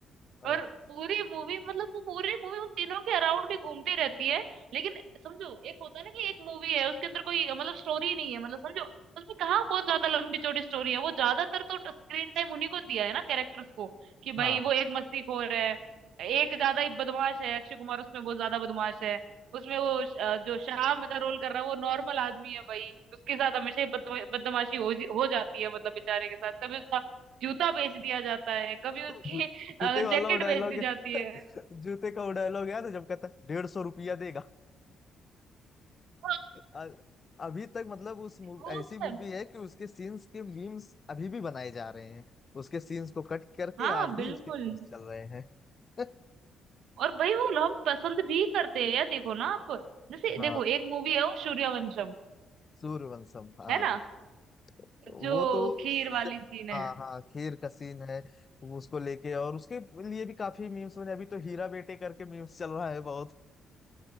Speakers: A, on the left; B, on the right.
A: अ,
B: और पूरी मूवी मतलब वो पूरी मूवी उन तीनों के अराउंड ही घूमती रहती है लेकिन समझो एक होता है ना कि एक मूवी है उसके अंदर कोई मतलब स्टोरी नहीं है मतलब समझो उसमें कहाँ बहुत ज्यादा लंबी चौड़ी स्टोरी है वो ज्यादातर तो स्क्रीन टाइम उन्हीं को दिया है ना कैरेक्टर्स को कि
A: हाँ
B: भाई वो एक मस्तीखोर है एक ज्यादा ही बदमाश है अक्षय कुमार उसमें बहुत ज्यादा बदमाश है उसमें वो श- अ, जो श्याम का रोल कर रहा है वो नॉर्मल आदमी है भाई उसके साथ हमेशा ही बद- बदमाशी हो, जी- हो जाती है मतलब बेचारे के साथ कभी उसका जूता बेच दिया जाता है कभी
A: तो
B: उसके
A: जू, जूते
B: जैकेट
A: वाला वो डायलॉग
B: बेच दी
A: है
B: जाती है
A: जूते का वो डायलॉग याद है जब कहता है डेढ़ सौ रुपया देगा
B: हाँ,
A: अ- अभी तक मतलब उस मूव,
B: वो
A: ऐसी
B: तो
A: मूवी
B: है।
A: है कि उसके सीन्स के मीम्स अभी भी बनाए जा रहे हैं उसके सीन्स को कट करके
B: हाँ
A: आज
B: बिल्कुल
A: भी उसके मीम्स चल रहे हैं <laughs>
B: और भाई वो हम पसंद भी करते हैं यार देखो ना आप जैसे
A: हाँ
B: देखो एक मूवी है वो सूर्यवंशम
A: सूर्यवंशम हाँ
B: है ना
A: वो
B: जो
A: तो
B: खीर
A: स-
B: वाली सीन है
A: हाँ हाँ खीर का सीन है वो उसको लेके और उसके लिए भी काफी मीम्स बने अभी तो हीरा बेटे करके मीम्स चल रहा है बहुत